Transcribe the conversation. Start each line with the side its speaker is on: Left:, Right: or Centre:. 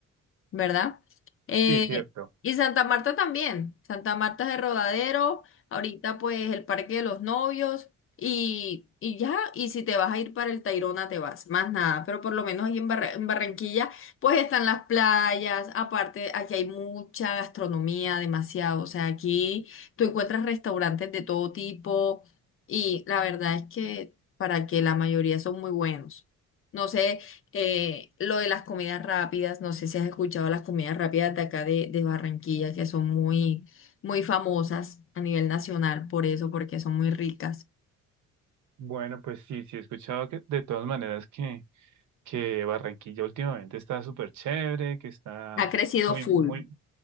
Left: ¿verdad? Eh,
Right: sí, cierto.
Left: y Santa Marta también. Santa Marta es el Rodadero, ahorita pues el Parque de los Novios y, y ya, y si te vas a ir para el Tayrona te vas, más nada, pero por lo menos aquí en, Barra- en Barranquilla pues están las playas, aparte aquí hay mucha gastronomía, demasiado, o sea, aquí tú encuentras restaurantes de todo tipo y la verdad es que para que la mayoría son muy buenos. No sé. Eh, lo de las comidas rápidas, no sé si has escuchado las comidas rápidas de acá de, de Barranquilla, que son muy, muy famosas a nivel nacional por eso, porque son muy ricas.
Right: Bueno, pues sí, sí he escuchado que de todas maneras que, que Barranquilla últimamente está súper chévere, que está
Left: Ha crecido
Right: muy,
Left: full.
Right: muy,